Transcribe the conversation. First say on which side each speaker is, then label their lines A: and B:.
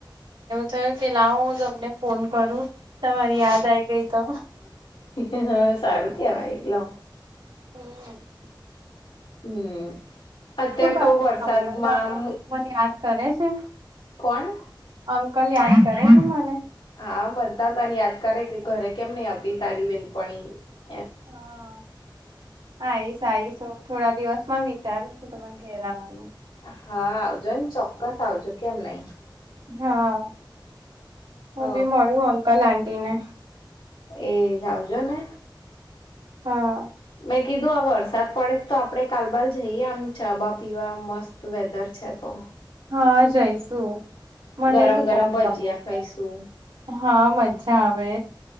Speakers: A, on the right; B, on the left.
A: તો કે લાવ હું તમને ફોન કરું તમારી યાદ આઈ ગઈ તો.
B: હા હાં સારું થ ભાઈ. લો.
A: હમ.
B: હમ અત્યાર
A: શું કરે
B: તો વરસાદમાં
A: છે અંકલ હવે
B: આમ.
A: મને યાદ કરે છે..
B: કોણ
A: અંકલ યાદ. કર તમલે.
B: આા બનધા તને યાદ કરે કે ઘરે કેમ નહી આવતી તારી બેન પણ
A: હા હ આવીશ આ આવીશ થોડા દિવસ માં વિચારું છું તને ઘેરાવાનું
B: હા આવજોને ચોક્કસ આવજો કેમ નહી
A: હા હું
B: હ
A: બી મળુ અંકલ આ તને
B: એ જાઉજો ને
A: હા
B: મેં કીધું આ વરસાદ પડે તો આપડે કાલબલ જઈએ આમ ચાબા પીવા મસ્ત વેધર છે તો
A: હા જઈશું મને
B: ગરમ
A: તો
B: ગરમ
A: બહ
B: ભજીયા
A: ગમે છે
B: ખાઈશું
A: હા મજા આવે